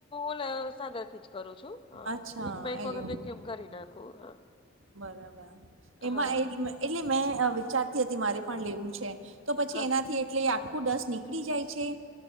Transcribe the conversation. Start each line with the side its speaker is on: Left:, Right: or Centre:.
Left: ઓલ સાદાથી જ. કરું છું હ
Right: અચ્છા
Left: વીક એક
Right: એવું
Left: વખત વેકયુમ કરી નાખું હા.
Right: બરાબર એમાં
Left: હા
Right: એ એટલે મેં વિચારતી હતી મારે પણ લેવું છે. તો પછી
Left: હા
Right: એનાથી એટલે આખું ડસ્ટ નીકળી જાય છે